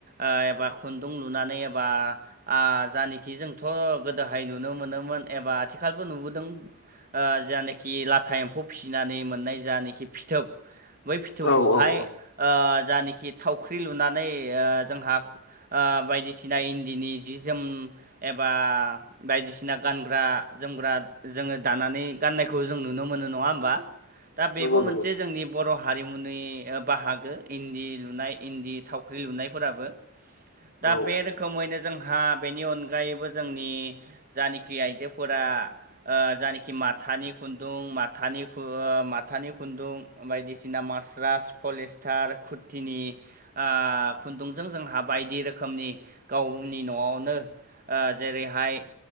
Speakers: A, on the right; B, on the left.
A: ओ एबा खुन्दुं लुनानै एबा ओ जानोखि जोंथ' गोदोहाय नुनो मोनोमोन एबा आथिखालबो नुबोदों। ओ जानोखि लाथा एम्फौ फिसिनानै मोननाय जानोखि फिथोब बै फिथौखौहाय
B: औ औ औ
A: ओ जानोखि थावख्रि लुनानै ओ जोंहा ओ बायदिसिना इन्दिनि जि जोम एबा बायदिसिना गानग्रा जोमग्रा जोङो दानानै गाननायखौ जों नुनो मोनो नङा होमबा? दा बेबो
B: नंगौ
A: मोनसे
B: नंगौ
A: जोंनि बर' हारिमुनि बाहागो इन्दि लुनाय, इन्दि थावख्रि लुनायफोराबो। दा
B: औ
A: बे रोखोमैनो जोंहा बेनि अनगायैबो जोंनि जानोखि आइजोफोरा ओ जानोखि माथानि खुन दुं माथानि खु ओ माथानि खुन्दुं बायदिसिना मास्रास पलिस्टार खुद थिनि ओ खुन्दुंजों जोंहा बायदि रोखोमनि गावनि न'आवनो ओ जेरैहाय